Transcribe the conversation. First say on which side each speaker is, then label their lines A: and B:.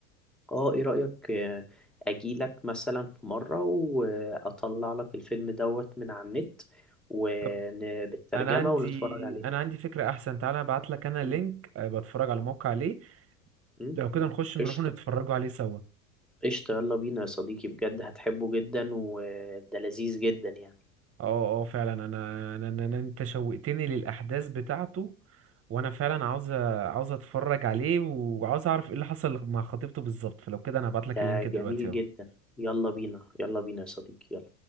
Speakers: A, in the centre; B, on the right.
A: اه ايه رأيك آه، اجيلك مثلا في مرة واطلع لك الفيلم دوت من على النت وبالترجمة
B: طب انا عندي
A: ونتفرج عليه
B: انا عندي فكرة احسن تعالى ابعت لك انا
A: م-
B: لينك بتفرج على الموقع عليه
A: م؟
B: لو كده نخش نروح
A: قشطة
B: نتفرجوا عليه سوا
A: قشطة يلا بينا يا صديقي بجد هتحبه جدا وده لذيذ جدا يعني
B: اه اه فعلا انا انا, أنا أنا- انت شوقتني للاحداث بتاعته وانا فعلا عاوز أ- عاوز اتفرج عليه وعاوز اعرف ايه اللي حصل مع خطيبته بالظبط فلو كده انا هبعت لك
A: ده
B: اللينك دلوقتي
A: جميل
B: اهو
A: جدا يلا بينا يلا بينا يا صديقي يلا